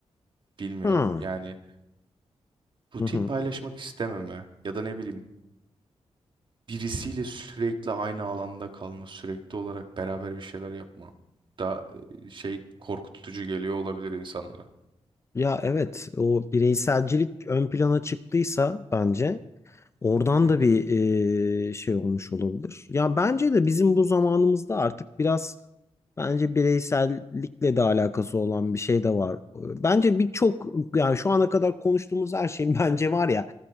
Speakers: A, on the right; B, on the left.
A: Bilmiyorum.
B: Ha.
A: Yani rutin
B: Hı hı.
A: paylaşmak istememe ya da ne bileyim birisiyle sürekli aynı alanda kalma, sürekli olarak beraber bir şeyler yapma da e, şey korkutucu geliyor olabilir insanlara.
B: Ya evet o bireyselcilik ön plana çıktıysa bence oradan
A: Hı
B: da
A: hı.
B: bir e, şey olmuş olabilir. Ya bence de bizim bu zamanımızda artık biraz bence bireysellikle de alakası olan bir şey de var. Bence birçok yani şu ana kadar konuştuğumuz her şeyin <laughs> bence var ya